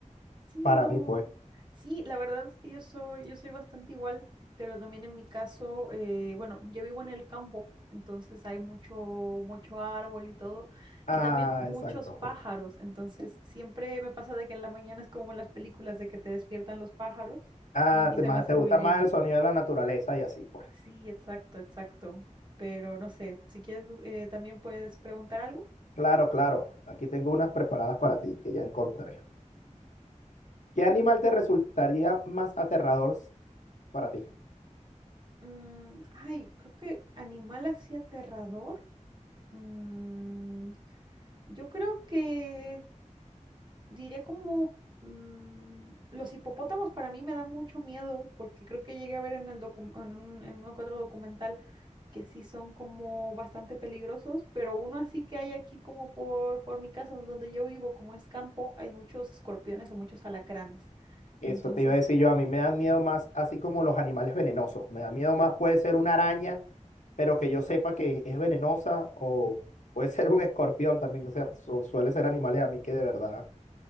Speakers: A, on the right; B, on the left.
A: Sí,
B: para
A: no.
B: mí pues.
A: Sí, la verdad es que yo soy, yo soy bastante igual, pero también en mi caso, eh, bueno, yo vivo en el campo, entonces hay mucho, mucho árbol y todo,
B: Ah,
A: y también muchos
B: exacto.
A: pájaros, entonces siempre me pasa de que en la mañana es como en las películas de que te despiertan los pájaros
B: Ah,
A: y, y
B: te,
A: se
B: más,
A: me hace
B: te gusta
A: muy lindo.
B: más el sonido de la naturaleza y así pues.
A: Sí, exacto, exacto. Pero no sé, si quieres, eh, también puedes preguntar algo.
B: Claro, claro. Aquí tengo unas preparadas para ti que ya encontré. ¿Qué animal te resultaría más aterrador para ti?
A: Mm, ay, creo que animal así aterrador. Mm, Yo creo que diré como mm, los hipopótamos para mí me da mucho miedo porque creo que llegué a ver en el docu- en un, en uno que otro documental que sí son como bastante peligrosos, pero uno así que hay aquí como por, por mi casa donde yo vivo, como es campo, hay muchos escorpiones o muchos alacranes.
B: Eso
A: Entonces,
B: te iba a decir yo. A mí me dan miedo más, así como los animales venenosos. Me da miedo más, puede ser una araña, pero que yo sepa que es venenosa, o puede ser un escorpión también. O sea, pues, son- suele ser animales a mí que de verdad